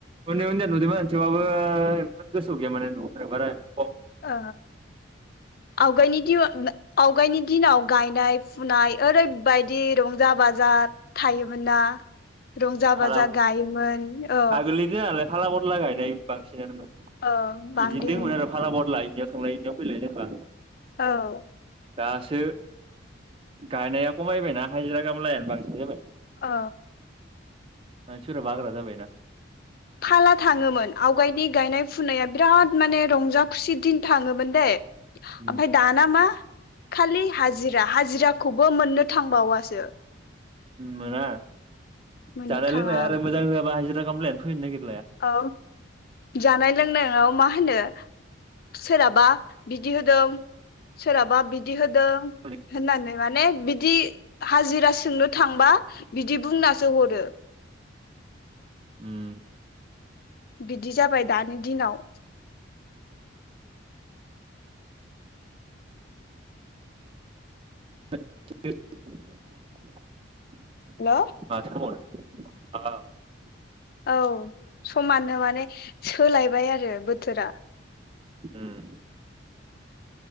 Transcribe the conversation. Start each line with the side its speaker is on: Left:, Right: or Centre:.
Right: उन्दै उन्दै उन्दैयावनो नुदोंमोन थेवबा बो गोसोआव गैया <unintelligible>
Left: ओ
Right: <inaudible>
Left: आवगायनि दि आवगायनि दिनाव गायनाय फुनाय ओरैबायदि रंजा बाजा थायोमोन ना रंजा
Right: फाला
Left: बाजा गायोमोन औ
Right: आगोलनिनो नालाय फाला बदला गायनाय बांसिनानोमोन
Left: औ
Right: बिदिनो
Left: बांदिन
Right: दंमोन आरो फाला बदला इनियाव थांलाय इनियाव फैलाय जेनबा
Left: औ
Right: दासो गायनाया खमायबायना हाजिरा खामलायानो बांसिन जाबाय।
Left: ओ
Right: मानसिफोरा बाग्रा जाबायना
Left: फाला थाङोमोन आवगायनि गायनाय फुनाया बिराद माने रंजा खुसि दिन थाङोमोन दै
Right: उम
Left: ओमफ्राय दाना मा खालि हाजिरा हाजिराखौबो मोननो थांबावासो।
Right: मोना
Left: मोननो
Right: जानाय
Left: थाङा
Right: लोंनाय आरो मोजां होआबा हाजिरा खामलायानो फैनो नागिर
Left: औ जानाय लोंनायाव मा होनो सोरहाबा बिदि होदों सोराबा बिदि होदों
Right: उम
Left: होननानै माने बिदि हाजिरा सोंनो थांबा बिदि बुंनासो हरो
Right: उम
Left: बिदि जाबाय दानि दिनाव
Right: <unintelligible> <unintelligible>
Left: हेल' औ समानो माने सोलायबाय आरो बोथोरा
Right: होम